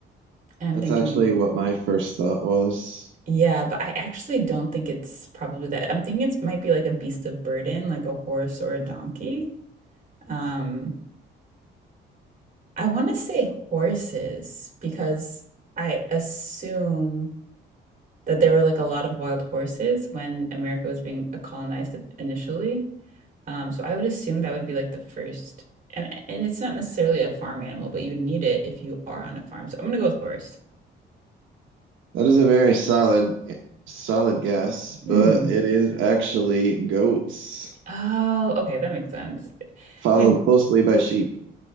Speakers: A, on the right; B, on the right.
A: And I'm
B: That's
A: thinking,
B: actually what my first thought was.
A: Yeah, but I actually don't think it's probably that. I'm thinking it might be like a beast of burden, like a horse or a donkey. Um, I want to say horses because I assume that there were like a lot of wild horses when America was being colonized initially. Um, so I would assume that would be like the first, and and it's not necessarily a farm animal, but you would need it if you are on a farm. So I'm gonna go with horse.
B: That is a very solid, solid guess, but
A: Mm.
B: it is actually goats,
A: Oh, okay, that makes sense.
B: followed
A: I mean,
B: closely by sheep.